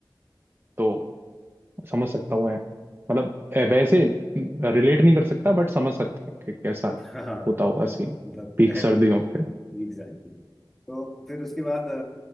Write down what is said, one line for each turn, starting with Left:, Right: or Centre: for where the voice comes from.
Right: तो समझ सकता हूँ मैं मतलब ए, वैसे रिलेट नहीं कर सकता बट समझ सकता हूँ कि कैसा
Centre: हाँ
Right: होता होगा
Centre: करेक्ट
Right: सीन
Centre: मतलब
Right: पीक सर्दियों पे
Centre: एग्जैक्टली तो <laughs> फिर उसके बाद अ,